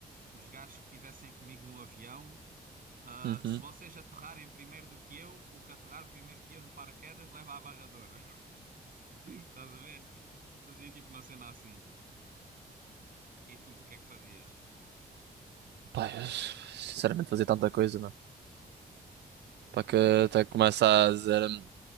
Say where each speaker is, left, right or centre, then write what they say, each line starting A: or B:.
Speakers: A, on the right (about 50°); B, on the right (about 80°).
A: Os gajos que estivessem comigo no avião, ah,
B: Uhum.
A: se vocês aterrarem primeiro do que eu, o que aterrar primeiro que eu no paraquedas leva a barra de ouro. <laughs> Estás a ver? Fazia tipo uma cena assim. E tu, o que é que fazias?
B: Pá, eu, sinceramente, fazer tanta coisa, não.
A: Tipo
B: Para que
A: o quê?
B: até começa a dizer, hum,